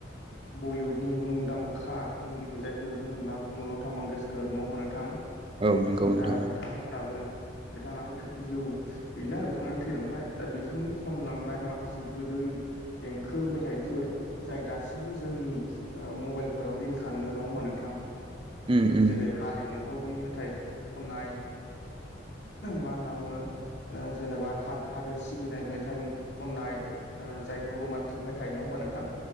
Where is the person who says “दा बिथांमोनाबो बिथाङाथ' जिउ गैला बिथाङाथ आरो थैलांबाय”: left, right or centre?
Left